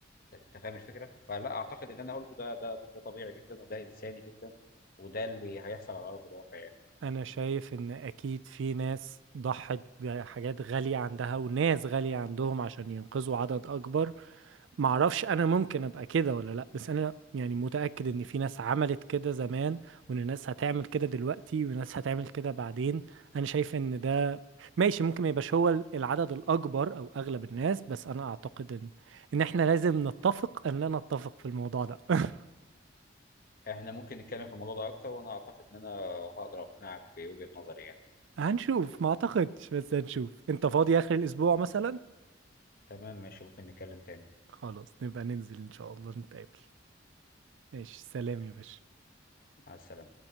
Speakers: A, on the left (about 50°); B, on the right (about 75°).
A: انت أنت فاهم الفكره فلا اعتقد اللي انا قلته ده ده ده طبيعي جدا وده انساني جدا وده اللي هيحصل على ارض الواقع يعني
B: أنا شايف إن أكيد في ناس ضحت بحاجات غالية عندها وناس غالية عندهم عشان ينقذوا عدد أكبر معرفش انا ممكن ابقى كده ولا لا بس انا يعني متأكد ان في ناس عملت كده زمان وان ناس هتعمل كده دلوقتي وناس هتعمل كده بعدين انا شايف ان ده ماشي ممكن ما يبقاش هو العدد الاكبر او اغلب الناس بس انا اعتقد ان ان احنا لازم نتفق ان لا نتفق في الموضوع ده <laughs>
A: احنا ممكن نتكلم في الموضوع ده اكتر وانا اعتقد ان انا هقدر اقنعك بوجهه نظري يعني
B: هنشوف ما اعتقدش بس هنشوف انت فاضي اخر الاسبوع مثلا
A: تمام ماشي ممكن نتكلم تاني
B: خلاص نبقى ننزل ان شاء الله نتقابل ماشي سلام يا باشا
A: مع السلامه